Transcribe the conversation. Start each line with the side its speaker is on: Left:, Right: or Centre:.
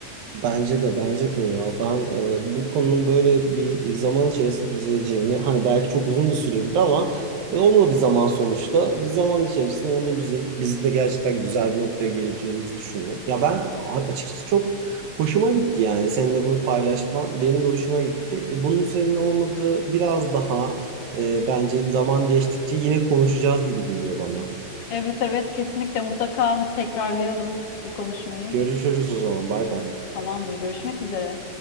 Right: Bence de bence de ya ben e, bu konunun böyle bir zaman içerisinde düzeleceğini hani belki çok uzun da sürebilir ama e, onu da bir zaman sonuçta bir zaman içerisinde onu da düzelip bizim de gerçekten güzel bir noktaya gelebileceğimizi düşünüyorum. Ya ben a- açıkçası çok hoşuma gitti yani seninle bunu paylaşman benim de hoşuma gitti. E, bunun üzerine olmadı biraz daha e, bence zaman geçtikçe yine konuşacağız gibi geliyor bana.
Left: Evet evet kesinlikle mutlaka tekrarlayalım bu konuşmayı.
Right: Görüşürüz o zaman bay bay.
Left: Tamamdır, görüşmek üzere.